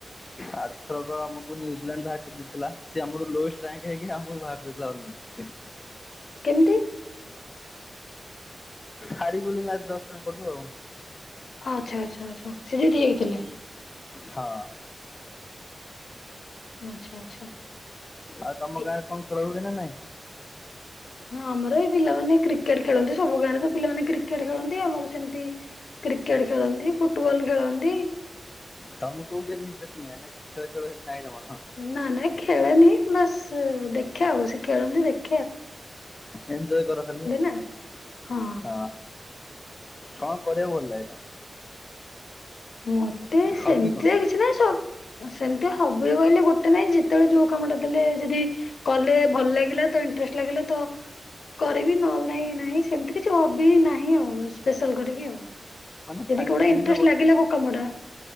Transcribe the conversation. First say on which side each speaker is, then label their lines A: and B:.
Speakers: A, on the left; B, on the left.
A: ଆରଥରକୁ ଆମକୁ ନ୍ୟୁଜିଲାଣ୍ଡ ବାହାର କରି ଦେଇଥିଲା ସେ ଆମର ଲୋଏଷ୍ଟ ରାଙ୍କ ହେଇକି ଆମକୁ ବାହାର କରିଦେଇଥିଲା ଅଲମ୍ପିପୀକ୍ସ ରେ
B: କେମିତି
A: ହାଡ଼ି କଲି ମ୍ୟାଚ ଦଶ ଟା କଟୁ ଆଉ।
B: ଆଚ୍ଛା ଆଚ୍ଛା ଆଚ୍ଛା ସେ ଜିତି ଯାଇଥିଲେ।
A: ହଁ।
B: ଆଚ୍ଛା ଆଚ୍ଛା।
A: ଆଉ ତମ
B: ଏ-
A: ଗାଁରେ କଣ ଖେଳ ହଉଛି ନା ନାଇଁ?
B: ହଁ ଆମର ଏଇ ପିଲାମାନେ କ୍ରିକେଟ ଖେଳନ୍ତି ସବୁ ଗାଁରେ ତ ପିଲାମାନେ କ୍ରିକେଟ ଖେଳନ୍ତି ଆମର ସେମିତି କ୍ରିକେଟ ଖେଳନ୍ତି, ଫୁଟବଲ ଖେଳନ୍ତି।
A: ତମକୁ କୋଉ ଗେମ ଇଂଟରେଷ୍ଟ ମିଳେ। ଖେଳ କିଛି ନାହିଁ ତମର?
B: ନା ନା ଖେଲେନି ବାସ ଦେଖେ ଆଉ ସେ ଖେଳନ୍ତି ଦେଖ
A: ଏଞଜୟ କର ଖାଲି
B: ନା ହଁ
A: ହ। କଣ କରିବାକୁ ଭଲ ଲାଗେ ତମକୁ?
B: ମତେ ସେମିତିରେ
A: ହବି କଣ?
B: କିଛି ନାହିଁ ସବୁ ସେମିତି ହବ ବୋଲି କହିଲେ ଗୋଟେ ନାଇଁ ଯେତେବେଳେ ଯୋଉ କାମଟା ଦେଲେ ଯଦି କଲେ ଭଲ ଲାଗିଲା ତ ଇଣ୍ଟରେଷ୍ଟ ଲାଗିଲା ତ କରିବି ନହେଲେ ନାଇଁ ନାହିଁ ସେମିତି କିଛି ହବି ନାହିଁ ଆଉ ସ୍ପେଶାଲ କରିକି ଆଉ।
A: ମାନେ
B: ଯଦି
A: ଫାଙ୍କା
B: କେଉଟା
A: ଟାଇମ୍
B: ଇଂଟରେଷ୍ଟ
A: ରେ
B: ଲାଗିଲା କୋଉ କାମଟା